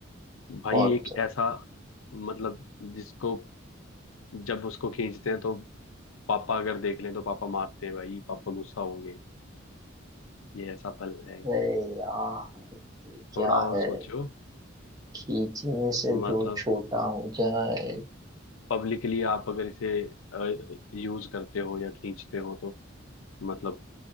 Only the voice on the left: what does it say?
भाई
एक ऐसा मतलब जिसको जब उसको खींचते हैं तो पापा अगर देख लें तो पापा मारते हैं भाई पापा गुस्सा होंगे ये ऐसा फल है
थोड़ा और
सोचो
मतलब
पब्लिकली आप अगर इसे यूज करते हो या खींचते हो तो मतलब